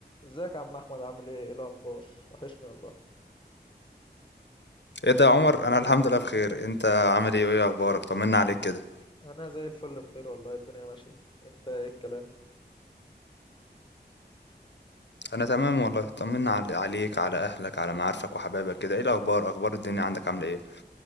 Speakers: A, on the left; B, on the left.
A: ازيك يا عم احمد عامل ايه ايه الاخبار وحشني والله
B: ايه ده يا عمر انا الحمد لله بخير انت عامل ايه وايه اخبارك طمنا عليك كده
A: انا زي الفل بخير والله الدنيا ماشيه انت ايه الكلام
B: انا تمام والله طمنا عل- عليك على اهلك على معارفك وحبايبك كده ايه الاخبار اخبار الدنيا عندك عامله ايه